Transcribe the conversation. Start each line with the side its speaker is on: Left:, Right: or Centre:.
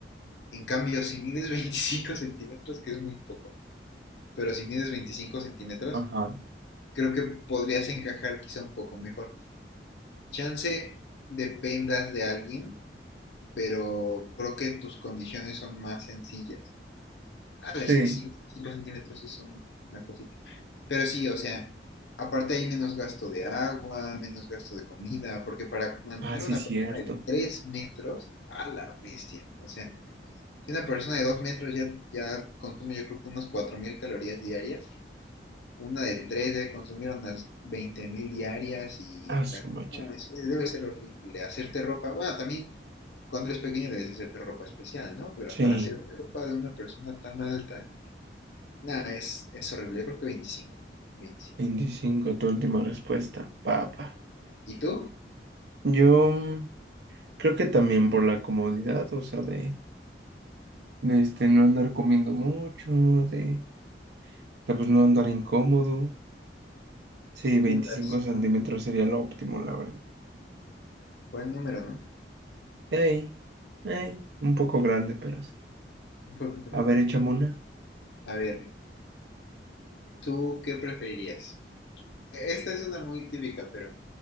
Left: En cambio, si mides <laughs> 25 centímetros, que es muy poco, pero si mides veinticinco centímetros,
Right: ajá.
Left: creo que podrías encajar quizá un poco mejor. Chance dependas de alguien, pero creo que tus condiciones son más sencillas. Ah, es
Right: Sí.
Left: que sí, 5 centímetros es un- una cosita. Pero sí, o sea, aparte hay menos gasto de agua, menos gasto de comida, porque para mantener
Right: Ah, sí,
Left: una
Right: cierto.
Left: persona de 3 metros, a la bestia. O sea, si una persona de 2 metros ya, ya consume yo creo que unas 4.000 calorías diarias, una de 3 debe consumir unas 20.000 diarias y
Right: Ah, su
Left: la
Right: macha.
Left: no, es- debe ser horrible. Hacerte ropa, bueno, también cuando eres pequeño debes hacerte ropa especial, ¿no? Pero
Right: Sí,
Left: para hacerte ropa de una persona tan alta... Nada, es, es horrible. Yo creo que veinticinco veinticinco
Right: veinticinco. tu última respuesta, papá.
Left: ¿Y tú?
Right: Yo mm, creo que también por la comodidad, o sea, de, de este, no andar comiendo mucho, de, de pues no andar incómodo. Sí,
Left: Un
Right: 25
Left: pulgarcito.
Right: centímetros sería lo óptimo, la verdad.
Left: Buen número, ¿no?
Right: Ey, ey, un poco grande, pero sí.
Left: Un pulgar.
Right: A ver, échame una.
Left: A ver, ¿tú qué preferirías? E, Esta es una muy típica, pero,